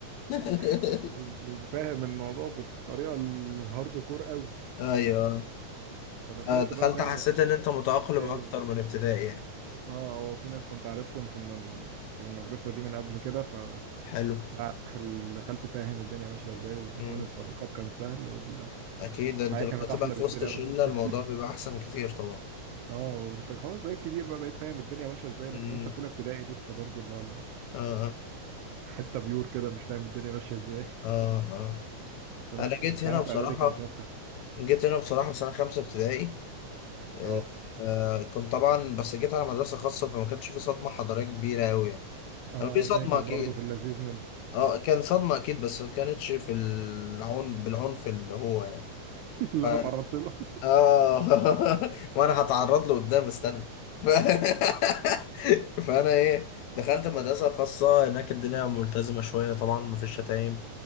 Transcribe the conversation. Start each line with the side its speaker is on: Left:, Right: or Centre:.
Left: <laughs>
Right: <laughs> فاهم الموضوع بالطريقة الهارد كور أوي
Left: ايوه
Right: فدخلت
Left: فدخلت
Right: بقى فاهم
Left: حسيت
Right: الدنيا
Left: ان انت
Right: بتمشي
Left: متأقلم
Right: ازاي
Left: اكتر
Right: و...
Left: من ابتدائي يعني
Right: اه هو في ناس كنت عارفهم في المن... في المدرسة دي من قبل كده ف
Left: حلو
Right: لا دخل- دخلت فاهم الدنيا ماشية ازاي وتكوين
Left: مم.
Right: الصداقات كان سهل والحياة
Left: اكيد انت لما
Right: كانت
Left: تبقى
Right: أحلى
Left: في
Right: بكتير
Left: وسط شله
Right: أوي <laughs>
Left: الموضوع بيبقى احسن كتير طبعا
Right: اه وانت خلاص بقيت كبير بقى بقيت فاهم الدنيا ماشية ازاي
Left: مم.
Right: لكن وانت في أولى ابتدائي لسه برضو اللي هو ال-
Left: اه
Right: الحتة بيور كده مش فاهم الدنيا ماشية ازاي
Left: اه اه
Right: <laughs> فلا
Left: انا
Right: الحياة
Left: جيت هنا
Right: في
Left: بصراحه
Right: إعدادي كانت أسهل
Left: جيت هنا بصراحه في سنه خمسه ابتدائي آه،
Right: اه
Left: آه، كنت طبعا بس جيت على مدرسة خاصة فما كانش في صدمة حضارية كبيرة أوي يعني
Right: اه
Left: كان في صدمة
Right: الدنيا كانت
Left: أكيد
Right: برضو في اللذيذ منه
Left: اه كان صدمة أكيد بس ما كانتش في العنف بالعنف اللي هو يعني
Right: <laughs> اللي
Left: ف...
Right: أنا اتعرضت له
Left: اه <laughs> وأنا هتعرض له قدام استنى ف... <laughs> فأنا إيه دخلت مدرسة خاصة هناك الدنيا ملتزمة شوية طبعا مفيش شتايم